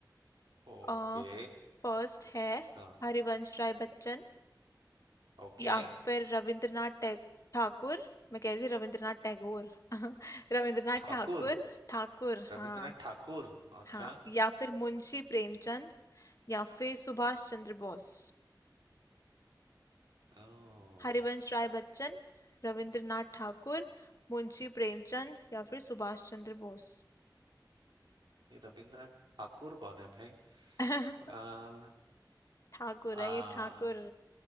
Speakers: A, on the right (about 80°); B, on the left (about 45°).
A: ओके
B: आ, फर्स्ट है
A: हाँ
B: हरिवंश राय बच्चन
A: ओके
B: या फिर रविंद्रनाथ टैग ठाकुर मैं कह रही थी रविंद्रनाथ टैगोर <laughs> रविंद्रनाथ
A: ठाकुर
B: ठाकुर ठाकुर
A: रविंद्रनाथ
B: हाँ
A: ठाकुर अच्छा
B: हाँ या फिर मुंशी प्रेमचंद या फिर सुभाष चंद्र बोस
A: ओ
B: हरिवंश राय बच्चन रविंद्रनाथ ठाकुर मुंशी प्रेमचंद या फिर सुभाष चंद्र बोस
A: ये रविंद्रनाथ ठाकुर कौन है भाई
B: <laughs>
A: आ,
B: ठाकुर
A: आ,
B: है ये ठाकुर